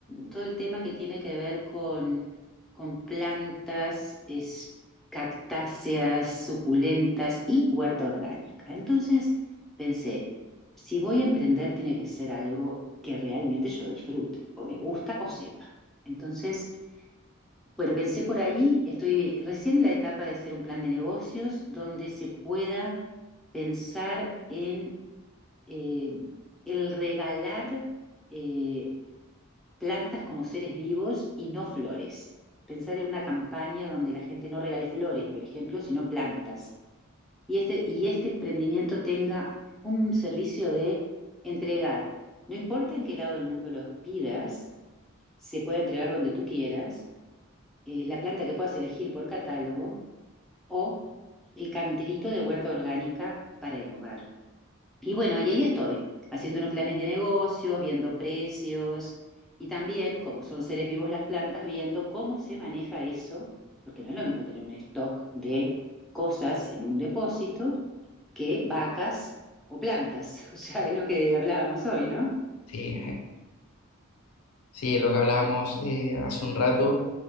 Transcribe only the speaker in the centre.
todo el tema que tiene que ver con, con plantas, es- cactáceas, suculentas y huerta orgánica. Entonces pensé, si voy a emprender tiene que ser algo que realmente yo disfrute, o me gusta o sepa. Entonces... Bueno, pensé por ahí, estoy recién en la etapa de hacer un plan de negocios donde se pueda pensar en eh, el regalar eh, plantas como seres vivos y no flores. Pensar en una campaña donde la gente no regale flores, por ejemplo, sino plantas. Y este, y este emprendimiento tenga un servicio de entregar. No importa en qué lado del mundo lo pidas, se puede entregar donde tú quieras. eh, la planta que puedas elegir por catálogo o el canterito de huerta orgánica para el hogar. Y bueno, y ahí estoy, haciendo unos planes de negocios, viendo precios y también, como son seres vivos las plantas, viendo cómo se maneja eso, porque no es lo mismo tener un stock de cosas en un depósito que vacas o plantas. <laughs> O sea, es lo que hablábamos hoy, ¿no?